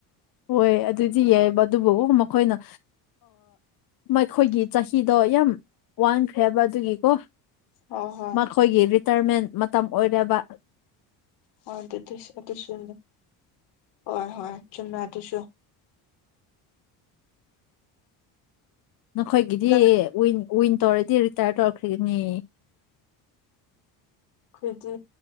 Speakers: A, on the left; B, on the left.
A: ꯍꯣꯏ ꯑꯗꯨꯗꯤ ꯌꯥꯏꯑꯕ ꯑꯗꯨꯕꯨ ꯃꯈꯣꯏꯅ ꯃꯈꯣꯏꯒꯤ ꯆꯍꯤ ꯐꯤꯗꯣ ꯌꯥꯝ ꯋꯥꯟꯈ꯭ꯔꯦꯕ ꯑꯗꯨꯒꯤꯀꯣ
B: ꯍꯣꯏ ꯍꯣꯏ
A: ꯃꯈꯣꯏꯒꯤ ꯔꯤꯇꯥꯔꯃꯦꯟ ꯃꯇꯝ ꯑꯣꯏꯔꯕ
B: ꯍꯣꯏ ꯑꯗꯨꯗꯤ ꯑꯗꯨꯁꯨꯅꯦ ꯍꯣꯏ ꯍꯣꯏ ꯆꯨꯝꯃꯦ ꯑꯗꯨꯁꯨ
A: ꯅꯈꯣꯏꯒꯤꯗꯤꯤꯟ
B: ꯂꯝ
A: ꯋꯤꯟ ꯇꯧꯔꯗꯤ ꯔꯤꯇꯥꯌꯔ ꯇꯧꯔꯛꯈꯒꯅꯤ
B: ꯑꯗꯨꯗꯤ